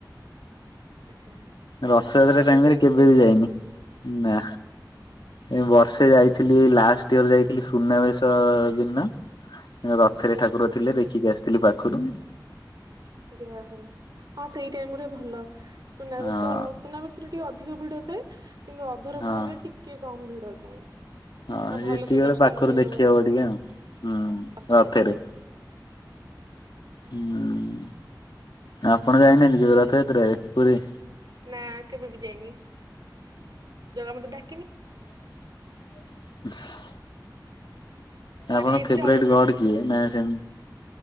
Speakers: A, on the right; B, on the left.
A: ଆଚ୍ଛା।
B: ରଥଯାତ୍ରା
A: ହେଲେ ଜଗା
B: ଟାଇମରେ
A: କେବେ ଡାକିନାହାନ୍ତି
B: କେବେବି ଯାଇନି
A: ଆଉ
B: ନାଁ। ମୁଁ ବର୍ଷେ ଯାଇଥିଲି ଲାଷ୍ଟ ଇୟର ଯାଇଥିଲି ସୁନାବେଶ ଦିନ ରଥରେ ଠାକୁର
A: ଆଜ୍ଞା
B: ଥିଲେ ଦେଖିକି ଆସିଥିଲି ପାଖରୁ
A: ଯାହାଉ ହଁ ସେଇ ଟାଇମରେ ଭଲ ସୁନାବେଷ
B: ହଁ
A: ସୁନା ବେଶ ଟିକେ ଅଧିକ ଭିଡ଼ ଥାଏ କିନ୍ତୁ ଅଧରପଣାରେ
B: ହଁ।
A: ଟିକେ କମ୍ ଭିଡ଼ ଥାଏ।
B: ହଁ
A: ତ
B: ହେତିକିବେଳେ
A: ଭଲସେ ଦର୍ଶନ
B: ପାଖରୁ
A: ହୁଏ
B: ଦେଖି ହବ ଟିକେ ଆଉ ହୁଁ
A: ରଥ
B: ରଥରେ।
A: ଉପରେ
B: <inaudible> ହୁଁ ଆପଣ ଯାଇନାହାନ୍ତିକି ରଥଯାତ୍ରରେ ପୁରୀ?
A: ନା କେବେବି ଯାଇନି ଜାଗା ମତେ ଡାକିନି
B: <inaudible>
A: ଥରେ
B: ଆପଣଙ୍କ
A: ଯାଇଥିଲି
B: ଫେବୁରାଇଟ୍
A: ଅଧରପଣାରେ
B: ଗଡ଼
A: ଦେଖିକି
B: କିଏ
A: ଆସିଥିଲି
B: ନାଁ ସେମି